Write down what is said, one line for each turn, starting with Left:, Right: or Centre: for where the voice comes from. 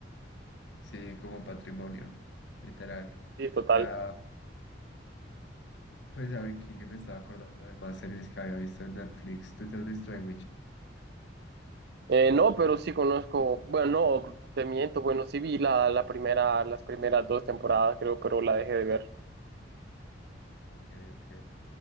Left: Sí, como patrimonio, literal.
Right: Sí, total.
Left: Ya, pues a ver, aquí que me estaba acordando de más series que había visto en Netflix. ¿Tú te has visto The Witcher?
Right: Eh, no, pero sí conozco, bueno, no, te miento, bueno, sí vi la, la primera, las primeras dos temporadas, creo, pero la dejé de ver.
Left: Ok, ok.